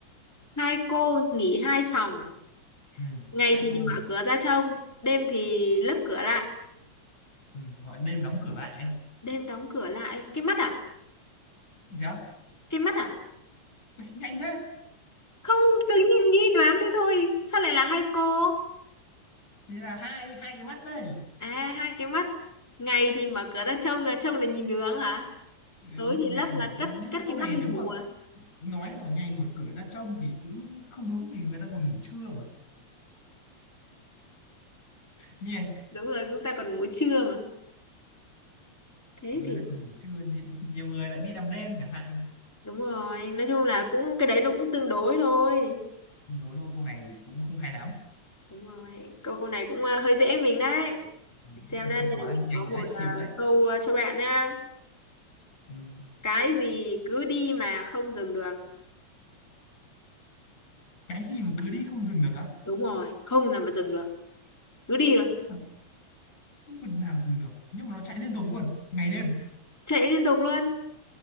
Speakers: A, in the centre; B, on the left (about 75°).
A: hai cô nghỉ hai phòng
B: ừ.
A: ngày
B: hai
A: thì
B: cô
A: mở
B: nghỉ
A: cửa ra trông đêm thì lấp cửa lại
B: ừ, gọi là đêm đóng cửa lại ấy.
A: đêm đóng cửa lại cái mắt à
B: dạ
A: cái mắt à
B: Ui, nhanh thế
A: không tự nhiên nghĩ đoán thế thôi sao lại là hai cô
B: thì là hai hai cái mắt đây
A: à hai cái mắt ngày thì mở cửa ra trông là trông là nhìn đường hả
B: ừ,
A: tối
B: thì
A: thì
B: ngày
A: lấp
B: mở
A: là cất
B: ra nhưng
A: cất
B: mà câu
A: cái
B: này
A: mắt đi
B: nếu
A: ngủ
B: mà
A: à
B: nói vào ngày mở cửa ra trông thì cũng không đúng vì người ta còn ngủ trưa mà nhỉ
A: đúng rồi chúng ta còn ngủ trưa mà thế
B: người
A: thì
B: ta còn ngủ trưa nhi- nhiều người lại đi làm đêm chẳng hạn
A: đúng rồi nói chung là cũng cái đấy nó cũng tương đối thôi
B: đố thôi câu này cũng không hay lắm
A: đúng rồi câu câu này cũng à, hơi dễ mình đấy
B: Ừ,
A: để xem
B: <laughs>
A: đây
B: quá
A: mình
B: nhanh
A: có một
B: đấy siêu
A: à,
B: đấy
A: câu à, cho bạn nha
B: ừ.
A: cái gì cứ đi mà không dừng được
B: cái gì mà cứ đi không dừng được á
A: đúng rồi không là mà dừng được cứ đi rồi
B: không phần- không phần nào dừng được nhưng mà nó chạy liên tục luôn ngày đêm
A: chạy liên tục luôn